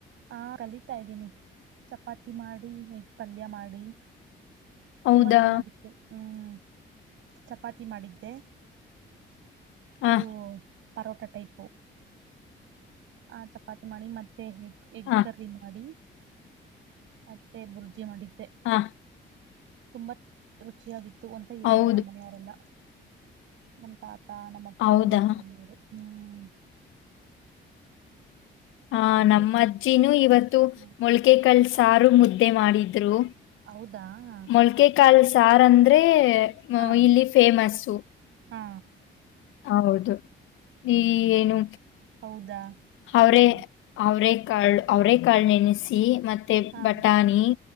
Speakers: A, on the right; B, on the left.
A: ಹಾ ಕಲಿತಾ ಇದ್ದೀನಿ ಚಪಾತಿ ಮಾಡಿ ಹೇಗ್ ಪಲ್ಯ ಮಾಡಿ
B: ಹೌದಾ
A: ತುಂಬಾ ಚೆನ್ನಾಗಿತ್ತು ಹ್ಮ್ ಚಪಾತಿ ಮಾಡಿದ್ದೆ ಅದು
B: ಆ
A: ಪರೋಟಾ ಟೈಪು ಆ ಚಪಾತಿ ಮಾಡಿ ಮತ್ತೆ ಹ ಎಗ್
B: ಆ
A: ಕರ್ರ ಮಾಡಿ ಮತ್ತೆ ಬುರ್ಜಿ ಮಾಡಿದ್ದೆ
B: ಹಾ
A: ಕುಕೂಮ ತರುಚಿಯ ವಿ ತ್ತು ಅಂತ ಹೇಳಿದರು
B: ಹೌದು
A: ನಮ್ಮನೆಯವರೆಲ್ಲಾ ನಮ್ಮ ತಾತ ನಮ್ಮಪ್ಪ
B: ಹೌದಾ
A: ನಮ್ಮಮ್ಮ ಎಲ್ಲರೂ ಹ್ಮ್
B: ಹಾ
A: ಮತ್ತೆ
B: ನಮ್ಮ ಅಜ್ಜಿನೂ ಇವತ್ತು
A: ಹ್ಮ್
B: ಮೊಳ್ಕೆ ಕಲ್ ಸಾರು ಮುದ್ದೆ ಮಾಡಿದ್ರು
A: ಹೌದಾ ಹಾ
B: ಮೊಳ್ಕೆಕಾಲ್ ಸಾರ ಅಂದ್ರೆ
A: ಹಾ
B: ಇಲ್ಲಿ ಫೇಮಸ್ಸು
A: ಹಾ
B: ಹೌದು ಈ ಏನು
A: ಹೌದಾ
B: ಅವರೇ
A: ಹ್ಮ್
B: ಅವರೇ ಕಾಳು ಅವರೇ ಕಾಳು ನೆನಿಸಿ ಮತ್ತೆ
A: ಹಾ
B: ಬಟಾಣಿ